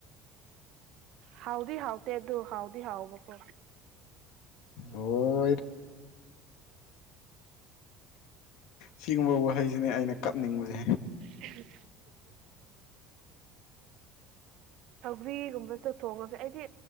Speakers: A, on the right (about 65°); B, on the left (about 75°).
A: ꯍꯥꯎꯗꯤ ꯍꯥꯎꯇꯦ ꯑꯗꯨ ꯍꯥꯎꯗꯤ ꯍꯥꯎꯕꯀꯣ
B: ꯍꯣꯏ ꯁꯤꯒꯨꯝꯕ ꯋꯥꯍꯩꯁꯤꯅꯦ ꯑꯩꯅ ꯀꯞꯅꯤꯡꯕꯁꯦ
A: ꯑ ꯁꯒ꯭ꯒꯨꯝꯝꯕ ꯑꯗꯣ ꯊꯣꯡꯉꯁꯦ ꯑꯩꯗꯤ